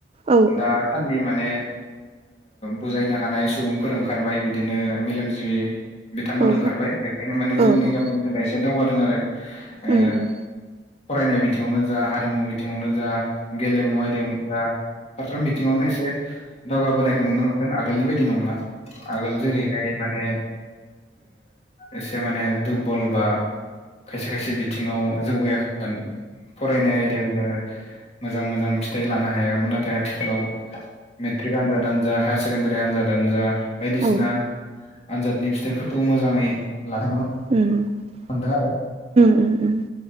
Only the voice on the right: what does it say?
औ
औ
औ उम
उम
औ,
<unintelligible>
ऊम, ऊम.